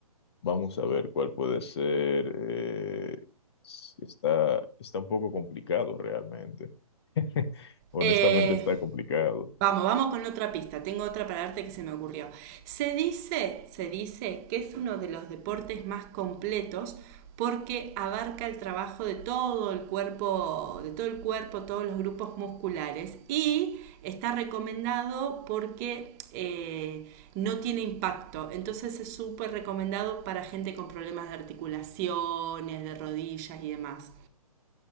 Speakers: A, on the left; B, on the right.
A: Vamos a ver cuál puede ser. eh, s- está, está un poco complicado realmente. <laughs> Honestamente
B: Eh,
A: está complicado.
B: Vamos, vamos con otra pista. Tengo otra para darte que se me ocurrió. Se dice, se dice que es uno de los deportes más completos porque abarca el trabajo de todo el cuerpo, de todo el cuerpo, todos los grupos musculares y está recomendado porque eh, no tiene impacto. Entonces es súper recomendado para gente con problemas de articulaciones, de rodillas y demás.